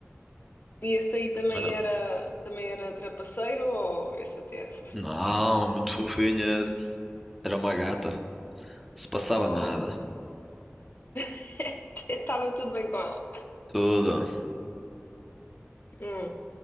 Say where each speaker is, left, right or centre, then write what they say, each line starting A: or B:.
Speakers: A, on the left; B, in the centre.
A: E esse aí também
B: Era-
A: era, também era trapaceiro ou esse até era fofinho?
B: Não, muito fofinhas. Era uma gata. Se passava
A: Oh,
B: nada.
A: <laughs> estava tudo bem com ela.
B: Tudo.
A: Hum.